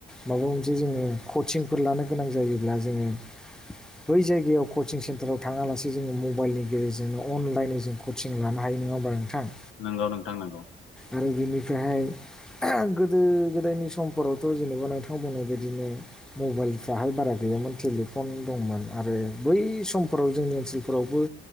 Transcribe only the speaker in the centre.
माबा मोनसे जोङो कचिंफोर लानो गोनां जायोब्ला जोङो बै जायगायाव कचिं सेन्टाराव थाङालासे जोङो मबाइलनि गेजेरजोंनो अनलाइनै जों कचिं लानो हायो नङा होनबा नोंथां?
आरो बिनिफ्रायहाय गोदो गोदायनि स समफोरावथ' जेनेबा नोंथां बुंनाय बायदिनो मबाइलफ्राहाय बारा गैयामोन टेलिफन दंमोन आरो बै समफोराव जोंनि ओनसोलफोरावबो